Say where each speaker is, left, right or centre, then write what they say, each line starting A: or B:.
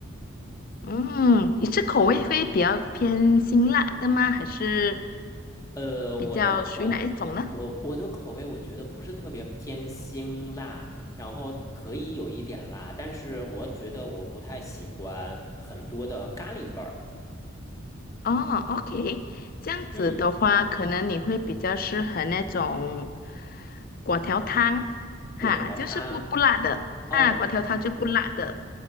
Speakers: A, on the left (about 45°); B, on the left (about 15°).
A: 嗯，你是口味会比较偏辛辣的吗？还是
B: 呃，
A: 比较属于哪一种呢？
B: 我的口，我我的口味，我觉得不是特别偏辛辣，然后可以有一点辣，但是我觉得我不太喜欢很多的咖喱味儿。
A: 哦，OK，这样子的话，
B: 嗯，
A: 可能你会比较适合那种果条汤，哈，
B: 果条汤。
A: 就是不不辣的，
B: 哦，
A: 啊，果条汤就不辣的，